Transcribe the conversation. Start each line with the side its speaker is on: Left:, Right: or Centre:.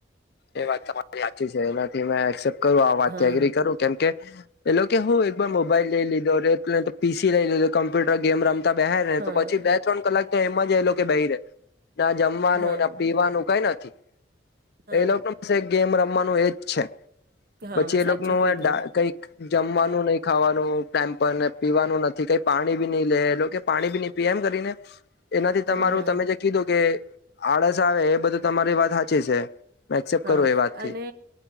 Left: એ વાત તમારી હાચી છે એનાથી મેં એસેપ્ટ કરું આમ વાત
Right: હા
Left: થી એગ્રી કરું કેમ કે પેલો કે હું એકબાર મોબાઈલ લઈ લીધોરે એ તો પી સી લઈ લીધો કમ્પ્યુટર ગેમ રમ તો બહેર રહે
Right: હા
Left: તો પછી બે ત્રણ કલાક તો એમાં જ એ લોકે બેહી રહે. ના જમવાનું
Right: હા
Left: ના પીવાનું કઈ નથી.
Right: હા
Left: એ લોકો બસ એક ગેમ રમ વાનું એજ છે.
Right: હા
Left: પછી એ
Right: સાચું
Left: લોક નું
Right: કીધું
Left: આ ડા કઈ જમવાનું નહી ખાવા નું પેમ્પણ ને પીવાનું નથી કઈ પાણી ભી નહી લે એ કે પાણી ભી નહી પી એમ કરીને એનાથી
Right: હા
Left: તમારું
Right: હા
Left: તમે જે કીધું કે આળસ આવે એ બધું તમારી વાત હાચી છે. મે એક્સેપ્ટ
Right: હા
Left: કરું એ વાતથી
Right: અને